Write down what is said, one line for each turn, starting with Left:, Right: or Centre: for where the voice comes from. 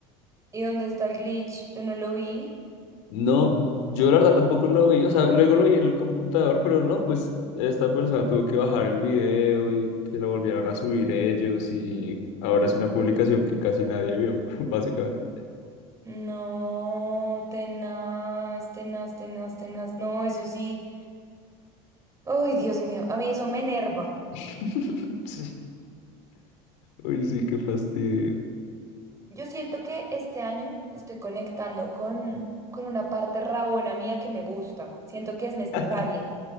Right: ¿Y dónde está el glitch? Yo no lo vi.
Left: No, yo la verdad tampoco lo vi, o sea, luego lo vi en el computador, pero no, pues esta persona tuvo que bajar el video y que lo volvieran a subir ellos y ahora es una publicación que casi nadie vio, <laughs> básicamente.
Right: No, tenaz, tenaz, tenaz, tenaz. No, eso sí. Ay, Dios mío, a mí eso me enerva.
Left: <laughs> Sí. Uy, sí, qué fastidio.
Right: Yo siento que este año estoy conectando con, con una parte rabona mía que me gusta. Siento que es necesaria.
Left: <laughs>